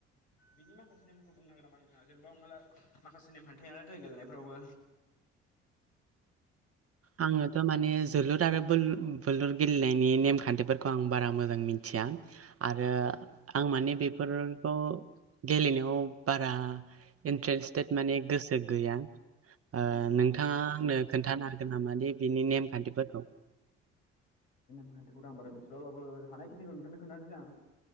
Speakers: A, on the left (about 75°); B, on the right (about 45°).
A: बिनि माखासे नेमखौ बुंनो हागोन नामा नोंथाङा जेनेबा हमना ला माखासे नेमखान्थि थायो <unintelligible> गेलेनायफ्रावबो
B: आङो टामाने माने जोलुर आरो बोल बोलुर गेलेनायनि नेमखान्थिफोरखौ आं बारा मोजां मिथिया आरो आं माने बेफोरखौ गेलेनायाव बारा इन्टारेस्टेद माने गोसो गैया ओ
A: औ
B: नोंथाङा आंनो खोन्थानो हा गोन नामा दे बिनि नेमखान्थिफोरखौ?
A: खान्थिखौथ' आं बारा मिनथियाबाबो हानायखिनिखौ नोथांनो खोनथानोसै आं।